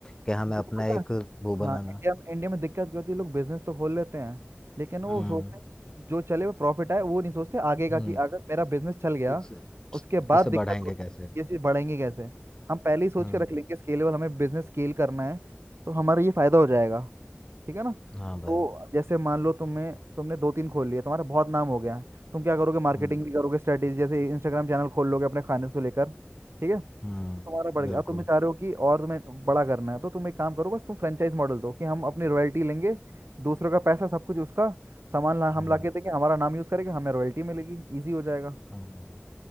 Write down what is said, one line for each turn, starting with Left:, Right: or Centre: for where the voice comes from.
Left: कि हमें
Right: तुमको
Left: अपना
Right: पता
Left: एक
Right: है
Left: वो बनाना
Right: हाँ इंडिया में इंडिया में दिक्कत क्या होती है लोग बिजनेस तो खोल लेते हैं लेकिन वो
Left: हम्म
Right: सोचते हैं कि जो चले वो प्रॉफिट आए वो नहीं सोचते आगे का
Left: हम्म
Right: कि अगर मेरा बिजनेस चल गया
Left: इसे
Right: उसके बाद
Left: इसे
Right: दिक्कत
Left: बढ़ाएंगे
Right: होगी
Left: कैसे
Right: ये चीज़ बढ़ेंगी कैसे हम पहले ही सोच
Left: हम्म
Right: के रख लेंगे स्केलेबल हमें बिजनेस स्केल करना है तो हमारा ये फायदा हो जाएगा ठीक है ना
Left: हाँ भाई
Right: तो जैसे मान लो तुम्हें तुमने दो तीन खोल लिए तुम्हारा बहुत नाम हो गया है, तुम क्या करोगे मार्केटिंग
Left: हम्म
Right: भी करोगे स्ट्रेटेजी जैसे इंस्टाग्राम चैनल खोल लोगे अपने खाने से लेकर ठीक है तो
Left: हम्म
Right: तुम्हारा बढ़
Left: बिल्कुल
Right: गया अब तुम्हें चाह रहे हो कि और तुम्हें बड़ा करना है तो तुम एक काम करो बस तुम फ्रेंचाइज मॉडल दो कि हम अपनी रॉयल्टी लेंगे दूसरों का पैसा सब कुछ उसका सामान ला, हम
Left: हम्म
Right: ला के देंगे हमारा नाम यूज करेंगे हमें रॉयल्टी मिलेगी इजी हो जाएगा
Left: हम्म